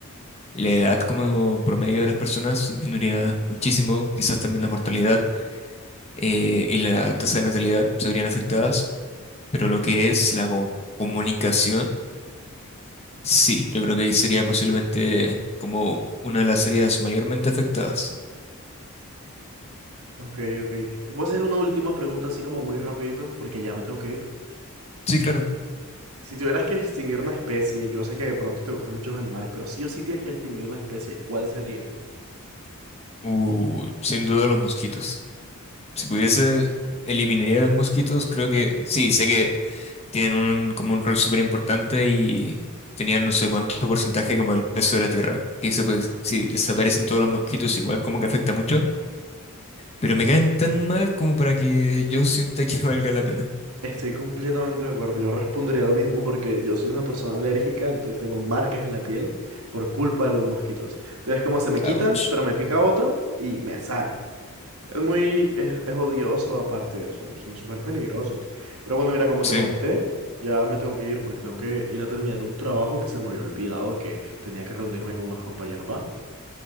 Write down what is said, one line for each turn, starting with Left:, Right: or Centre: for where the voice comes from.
Left: la edad como promedio de las personas disminuiría muchísimo, quizás también la mortalidad. eh, y la tasa de natalidad se verían afectadas, pero lo que es la co- comunicación, sí, yo creo que ahí sería posiblemente como una de las áreas mayormente afectadas.
Right: Ok, ok. Te puedo hacer una última pregunta así como muy rapidito, porque ya me tengo que ir.
Left: Sí, claro.
Right: Si tuvieras que extinguir una especie, yo sé que de pronto te gustan mucho los animales, pero sí o sí tienes que extinguir una especie, ¿cuál sería?
Left: Uh, sin duda los mosquitos. Si pudiese, eliminaría los mosquitos, creo que sí, sé que tienen un, como un rol súper importante y tenían no sé cuánto porcentaje como el peso de la tierra, que eso pues si desaparecen todos los mosquitos igual como que afecta mucho. Pero me caen tan mal como para que yo sienta que valga la pena.
Right: Estoy completamente de acuerdo. Yo respondería lo mismo porque yo soy una persona alérgica, entonces tengo marcas en la piel por culpa de los mosquitos. Entonces, como se me quitan,
Left: Ouch.
Right: pero me pica otro y me sale. Es muy, es, es odioso aparte, son, son súper peligrosos. Pero bueno, mira, como
Left: Sí,
Right: te comenté, ya me tengo que ir porque tengo que ir a terminar un trabajo que se me había olvidado que tenía que reunirme con unos compañeros. Va,